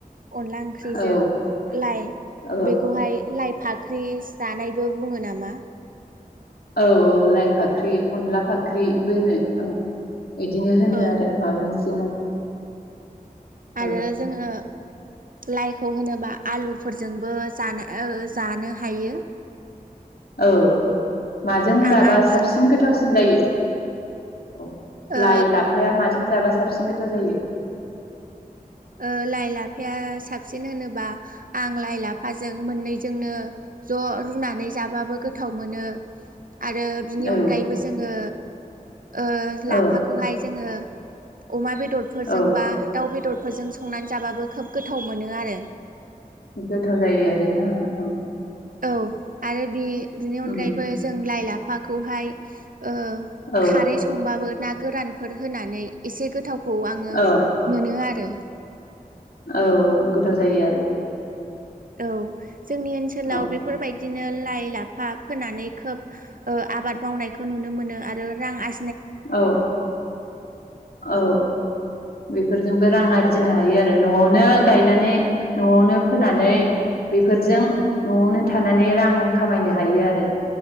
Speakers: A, on the right; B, on the left.
A: अनला ओंख्रिजों
B: औ
A: लाइ
B: औ
A: बेखौहाय लाइ फाखि अनफाख्रि जानाय जायो बो बुंङो नामा
B: औ औ लाइ फाख्रि अनला फाख्रिबो औ बिदिनो होनो
A: औ
B: आरो माबा मोनसे ना
A: आरो
B: औ
A: जोंङो लाइखौ होनोबा आलुफोरजोंबो ज जानो हायो
B: औ माजों
A: आं
B: जाबा
A: आलुजोंबो
B: साबसिन गोथावसिन जायो औ
A: ओ
B: लाइ लाफाया माजों जाबा साबसिन गोथाव जायो
A: ओ लाइ लाफाया साबसिन होनोबा आं लाइ लाफाजों मोननैजोंनो ज' रुनानै जाबाबो गोथाव मोनो आरो बिनि
B: औ
A: अनगायैबो जोङो ओ लाफाखौहाय
B: औ
A: जोंङो अमा बेदर बेदरफोरजोंबा
B: औ
A: दाउ बेदर फोरफोरजों संनानै जाबाबो खोब गोथाव मोनो आरो
B: गोथाव जायो आरोना ओं
A: औ आरो बे बिनि अनगायैबो
B: उम
A: जों लाइ लाफा खौहाय ओ
B: औ
A: खारै संबाबो ना गोरानफोर होनानै एसे गोथाव खौ आंङो
B: औ
A: मोनो आरो।
B: औ गोथाव जायो आरो।
A: औ। जोंनि ओनसोलाव
B: औ
A: बेफोरबायदि इदिनो लाइ -लाफा फोनानै खोब आबाद मावनायखौ नुनो मोनो आरो रां आर
B: औ औ बेफोरजोंबो रां आर जिनो हायो आरो न'आवनो गायनानै न'आवनो फोनानै बेफोरजों न'आवनो थानानै रां खामायनो हायो आरो।